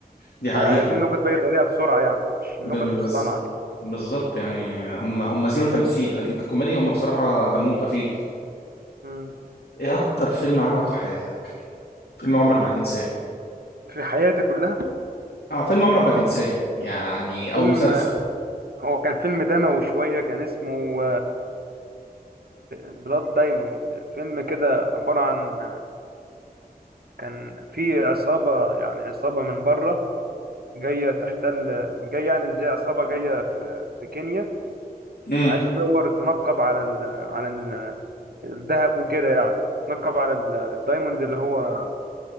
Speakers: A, on the left; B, on the right.
A: دي حقيقة
B: عايزين نكت بأي طريقة بسرعة يعني مش نكت
A: ب- ب-
B: مصطنعة
A: بالظ- بالظبط يعني هم هم زيرو تمثيل لكن ككوميديا هم بصراحة دمهم خفيف
B: كده
A: ايه اكتر فيلم عجبك في حياتك فيلم عمرك ما هتنساه
B: في حياتي كلها
A: اه فيلم عمرك ما هتنساه يعني او
B: فيلم
A: مسلسل
B: هو كان فيلم دموي شوية كان اسمه بلاد دايموند فيلم كده عبارة عن كان في عصابة يعني عصابة من بره جاية تحتل جاية يعني زي عصابة جاية في في كينيا
A: امم
B: عايزة تدور تنقب على ال... على ال- الذهب وكده يعني تنقب على ال- الدايموند اللي هو